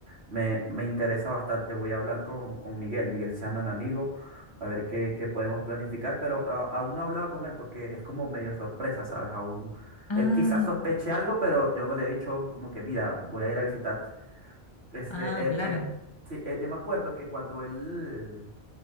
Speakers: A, on the right (about 85°); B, on the left (about 25°).
A: me, me interesa bastante. Voy a hablar con, con Miguel. Miguel se llama mi amigo, a ver qué, qué podemos planificar, pero a- aún no he hablado con él porque es como medio sorpresa, ¿sabes? Aún
B: Ah,
A: él quizás sospeche algo, pero yo no le he dicho como que, mira, voy a ir a visitarte. Este,
B: ah,
A: él,
B: claro.
A: él, sí, eh, yo me acuerdo que cuando él,